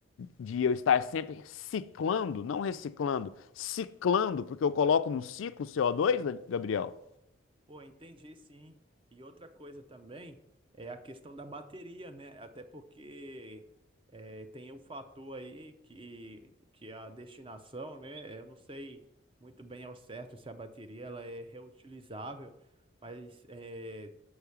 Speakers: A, on the left; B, on the right.
A: de eu estar sempre ciclando, não reciclando, ciclando, porque eu coloco num ciclo CO2, né, Gabriel,
B: Pô, entendi sim. E outra coisa também é a questão da bateria, né? Até porque é, tem o fator aí que, que a destinação, né? Eu não sei muito bem ao certo se a bateria ela é reutilizável, mas é,